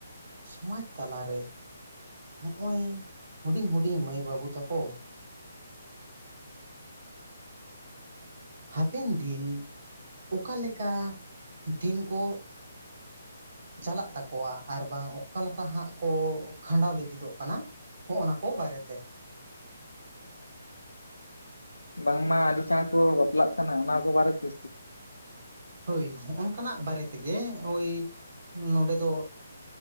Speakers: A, on the right; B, on the left.
A: ᱥᱚᱢᱟᱡᱽ ᱛᱟᱞᱟᱨᱮᱼᱼ ᱱᱚᱜ-ᱚᱭ ᱦᱩᱰᱤᱧ ᱦᱩᱰᱤᱧ ᱢᱟᱹᱭ ᱵᱟᱹᱵᱩ ᱛᱟᱠᱚ ᱦᱟᱯᱮᱱ ᱫᱤᱱ ᱚᱠᱟ ᱞᱮᱠᱟ ᱫᱤᱱ ᱠᱚ ᱪᱟᱞᱟᱜ ᱛᱟᱠᱚᱣᱟ ᱟᱨ ᱵᱟᱝ ᱚᱠᱟ ᱞᱮᱠᱟ ᱦᱟᱸᱜ ᱠᱚ ᱠᱷᱟᱸᱰᱟᱣ ᱞᱟᱹᱜᱤᱫᱚᱜ ᱠᱟᱱᱟ᱾ ᱦᱚᱸᱜᱼᱱᱟ ᱠᱚ ᱵᱟᱨᱮᱛᱮ᱾
B: ᱵᱟᱝᱢᱟ ᱟᱹᱰᱤ ᱪᱟᱸᱬ ᱠᱚ ᱵᱟᱯᱞᱟᱜ ᱠᱟᱱᱟ ᱚᱱᱟ ᱠᱚ ᱵᱟᱨᱮᱛᱮ
A: ᱦᱳᱭ ᱦᱚᱸᱜᱼᱚᱱᱠᱟᱱᱟᱜ ᱵᱟᱨᱮ ᱛᱮᱜᱮ ᱳᱭ ᱱᱚᱰᱮ ᱫᱚ